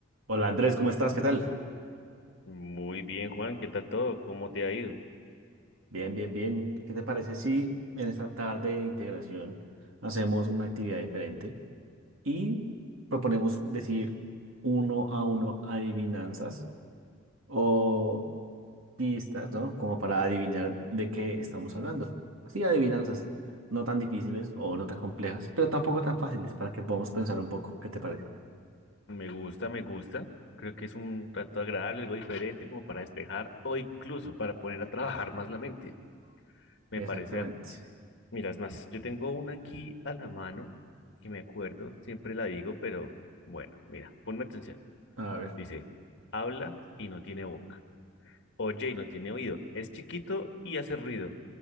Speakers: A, on the right; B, on the left.
A: Hola Andrés, ¿cómo estás? ¿Qué tal?
B: Muy bien, Juan, ¿qué tal todo? ¿Cómo te ha ido?
A: Bien, bien, bien. ¿Qué te parece si en esta tarde de integración hacemos una actividad diferente y proponemos decir uno a uno adivinanzas o pistas, ¿no? Como para adivinar de qué estamos hablando. Así adivinanzas no tan difíciles o no tan complejas, pero tampoco tan fáciles para que podamos pensar un poco. ¿Qué te parece?
B: Me gusta, me gusta. Creo que es un rato agradable, algo diferente como para despejar o incluso para poner a trabajar más la mente. Me
A: Exactamente.
B: parece, ac- mira, es más, yo tengo una aquí a la mano y me acuerdo, siempre la digo, pero bueno, mira, ponme atención.
A: A ver,
B: Dice, habla y no tiene boca, oye y no tiene oído, es chiquito y hace ruido,